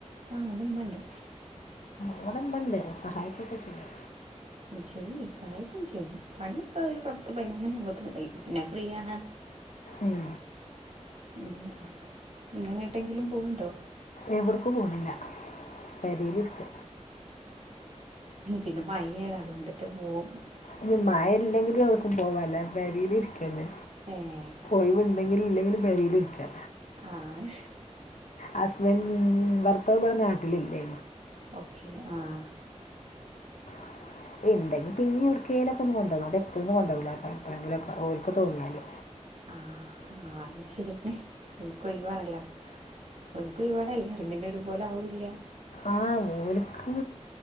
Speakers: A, on the right; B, on the left.
A: ആഹ് അതും കണ്ടു.
B: ഇവടെമ്മണ്ട് സഹായിക്കൊക്കെ ചെയ്യും
A: ചെയ്യുവേ സഹായിക്കും ചെയ്യും പണിയൊക്കെ ഒരു പത്ത് പയിനൊന്നണിയാമ്പം കയ്യും പിന്നെ ഫ്രീ ആണ്
B: ഉം
A: <unintelligible> ഇന്നങ്ങട്ടെങ്കിലും പോവണ്ടോ
B: എവിട്ക്കും പോണില്ല പേരേലിരിക്ക
A: പിന്നെ മയയാണ് അതുകൊണ്ട്ക്കെ പോവും
B: ഇഞ് മഴല്ലെങ്കിലും ഒട്ക്കും പോവാൻല്ല പെരീല് ഇരിക്കന്നെ
A: ഏഹ്
B: ഒയിവ് ഇണ്ടെങ്കിലും ഇല്ലെങ്കിലും പെരിലിരിക്കാ
A: ആഹ്
B: ഹസ്ബൻ ഭർത്താവ് ഇവിടെ നാട്ടിലില്ലേ
A: ഓക്കെ ആഹ്
B: <inaudible> ഇണ്ടെങ്കി പിന്നിം എവിടക്കേലൊക്ക ഒന്ന് കൊണ്ടോവാ അത് എപ്പളന്നും കൊണ്ടോവൂല്ല ട്ടോ എപ്പളെങ്കിലും ഒക്കെ ഓൽക്ക് തോന്നിയാല്
A: ആ ആ അതും ശരിയന്നെ. ഓൽക്ക് ഒയിവേണല്ലോ ഒൽ ക്കൊയിവോടെ എല്ലാരും പിന്നെ ഒരുപോലാവൂല്ല
B: ആഹ് ഓൽക്ക്